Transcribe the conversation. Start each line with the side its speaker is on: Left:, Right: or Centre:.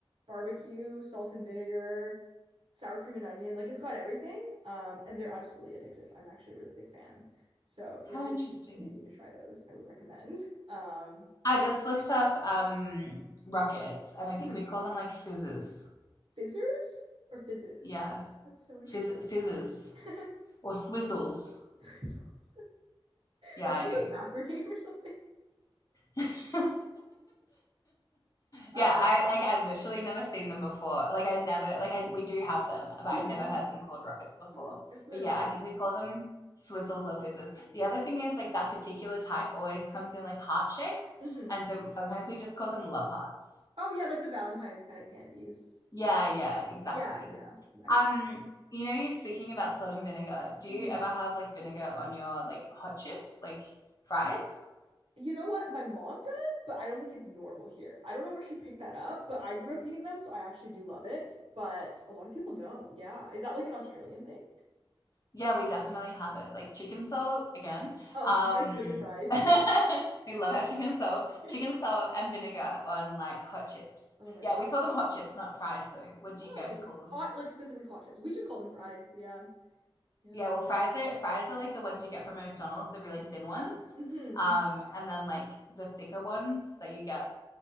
Right: barbecue, salt and vinegar, sour cream and onion. Like it's got everything. Um, and they're absolutely addictive. I'm actually a really big fan. So if
Left: How
Right: you ever get
Left: interesting.
Right: the opportunity to try those, I would recommend. Um,
Left: I
Right: yeah.
Left: just looked up um, rockets, and I
Right: Mhm.
Left: think we call them like fizzes.
Right: Fizzers or fizzes?
Left: Yeah,
Right: That's so interesting.
Left: Fizz- fizzes
Right: <laughs>
Left: or swizzles.
Right: So- <laughs>
Left: Yeah,
Right: That's
Left: I
Right: like
Left: know.
Right: a rapper name or something.
Left: <laughs>
Right: <laughs>
Left: yeah,
Right: Um,
Left: I like I literally never seen them before. Like I never like I we do have them, but
Right: <laughs>
Left: I never heard them called rockets before.
Right: Hmm, guess they're
Left: But
Right: not
Left: yeah,
Right: very
Left: I think we
Right: popular.
Left: call them swizzles or fizzes. The other thing is like that particular type always comes in like heart shape,
Right: hmm
Left: and so sometimes we just call them love hearts.
Right: Oh yeah, like the Valentine's kind of candies with
Left: Yeah, yeah, exactly.
Right: yeah, yeah. I-
Left: Um, you know, you're speaking about salt and vinegar. Do
Right: Mhm.
Left: you ever have like vinegar on your like hot chips, like fries?
Right: You know what my mom does, but I don't think it's normal here. I don't know where she picked that up, but I grew up eating them, so I actually do love it. But a lot of people don't. Yeah. Is that like an Australian thing?
Left: Yeah, we definitely have it. Like chicken salt again.
Right: Oh,
Left: Um,
Right: you guys know your fries.
Left: <laughs> we love our chicken salt,
Right: <laughs>
Left: chicken salt and vinegar on like hot chips.
Right: Oh my
Left: Yeah,
Right: gosh.
Left: we call them hot chips, not fries though. What do
Right: Oh,
Left: you guys call them?
Right: hot, like specific hot chips. We just call them fries. Yeah. Yeah.
Left: Yeah, well, fries are fries are like the ones you get from a McDonald's, the really thin ones.
Right: hmm
Left: Um, and then like the thicker ones that you get